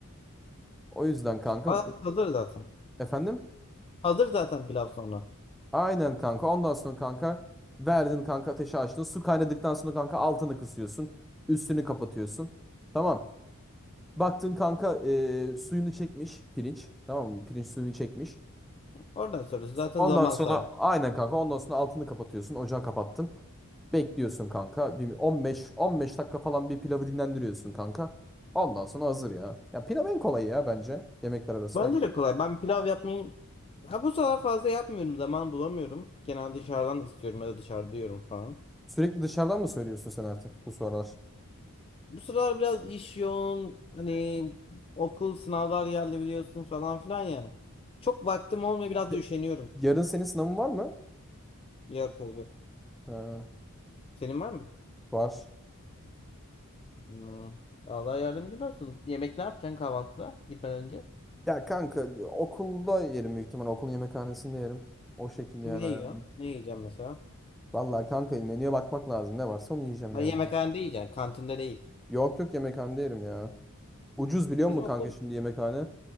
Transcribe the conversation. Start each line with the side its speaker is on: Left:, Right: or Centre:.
Centre: O yüzden kanka
Left: Aa, hazır zaten.
Centre: efendim?
Left: Hazır zaten pilav sonra.
Centre: Aynen kanka. Ondan sonra kanka verdin kanka ateşi açtın. Su kaynadıktan sonra kanka altını kısıyorsun. Üstünü kapatıyorsun. Tamam. Baktın kanka e, suyunu çekmiş pirinç. Tamam mı? Pirinç suyunu çekmiş.
Left: Oradan sonrası zaten
Centre: Ondan
Left: zaman
Centre: sonra
Left: sadece.
Centre: aynen kanka ondan sonra altını kapatıyorsun. Ocağı kapattın. Bekliyorsun kanka. Bir 15 15 dakika falan bir pilavı dinlendiriyorsun kanka. Ondan sonra hazır ya. Ya pilav en kolayı ya bence yemekler arasında.
Left: Bence de kolay. Ben pilav yapmayı ha bu sıralar fazla yapmıyorum. Zaman bulamıyorum. Genelde dışarıdan istiyorum ya da dışarıda yiyorum falan.
Centre: Sürekli dışarıdan mı söylüyorsun sen artık bu sıralar?
Left: Bu sıralar biraz iş yoğun. Hani okul sınavlar geldi biliyorsun falan filan ya. Çok vaktim olmuyor biraz
Centre: De-
Left: da üşeniyorum.
Centre: Yarın senin sınavın var mı?
Left: Yok yok. yok.
Centre: Ee,
Left: Senin var mı?
Centre: var.
Left: Aa, Allah yardımcın olsun. Yemek ne yapacaksın kahvaltıda gitmeden önce?
Centre: Ya kanka okulda yerim büyük ihtimal. Okulun yemekhanesinde yerim. O şekilde
Left: Ne
Centre: yani ayarlar.
Left: yiyorsun? Ne yiyeceğim mesela?
Centre: Vallahi kanka menüye bakmak lazım. Ne varsa onu yiyeceğim
Left: Ha,
Centre: yani.
Left: yemekhanede yiyeceksin. Kantinde değil.
Centre: Yok yok yemekhanede yerim ya. Ucuz biliyor
Left: Bizim
Centre: musun kanka
Left: okul
Centre: şimdi yemekhane?